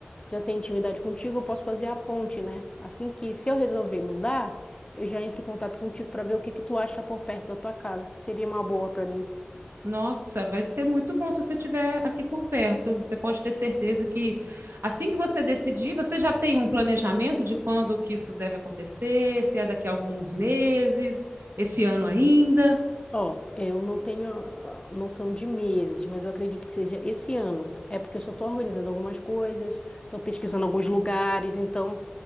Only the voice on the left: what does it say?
já tem intimidade contigo, eu posso fazer a ponte, né? Assim que, se eu resolver mudar, eu já entro em contato contigo para ver o que que tu acha por perto da tua casa. Seria uma boa para mim.
Ó, eu não tenho ah, noção de meses, mas eu acredito que seja esse ano. É porque eu só estou organizando algumas coisas, estou pesquisando alguns lugares, então